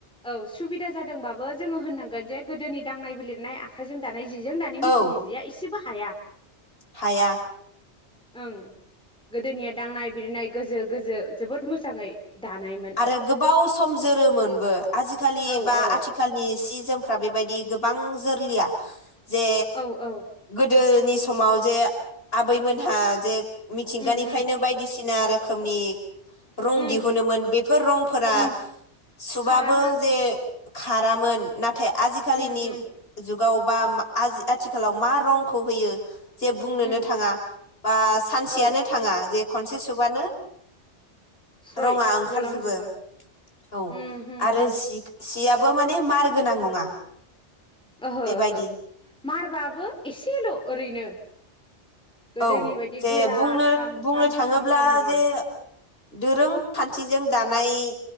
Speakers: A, in the centre; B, on the left.
A: औ सुबिदा जादोंबाबो जोङो होननां जे गोदोनि दांनाय बिलिरनाय आखाइजों दा नाय जिजों दानि मेचननि
B: औ
A: जिया एसेबो हाया
B: हाया
A: ओं गोदोनिया दांनाय बिरनाय गोजो गोजो जोबोद मोजाङै दानायमोन
B: आरो गोबाव सम जोरोमोनबो आजिखालि
A: औ
B: बा
A: औ
B: आथिखालनि सि जोमफ्रा बेबायदि गोबां जोरलिया। जे
A: औ औ
B: गोद दोनि समाव जे आबैमोनहा जे मिथिंगानिफ्रायनो
A: उम उम
B: बायदिसि ना रोखोमनि रं
A: उम
B: दिहुनोमोन बे बेफोर रंफोरा
A: उम
B: सुबाबो
A: खारामोन
B: जे खारामोन नाथाय आजिखालिनि
A: उम उम
B: जुग गावबा आजि-आथिखालाव मा रंखौ होयो? जे बुंनोनो
A: उम
B: थाङा बा सानसेयानो
A: औ
B: थाङा जे खनसे सुबानो
A: स्रय
B: <inaudible> रङा ओंखार
A: गलांजोबो
B: जोबो, औ
A: उम होम
B: आरो
A: होम
B: सि सिया बुबा माने मार गोनां नङा।
A: ओहो
B: बेबायदि
A: ओहो मारबाबो एसेल' ओरैनो गोदोनि
B: औ
A: बायदि
B: जे
A: गोरा
B: बुंनो
A: ख्राम
B: बुंनो
A: ख्राम
B: थाङोब्ला
A: ख्राम ख्राम नङा
B: जे दोरोंखान्थिजों दानाय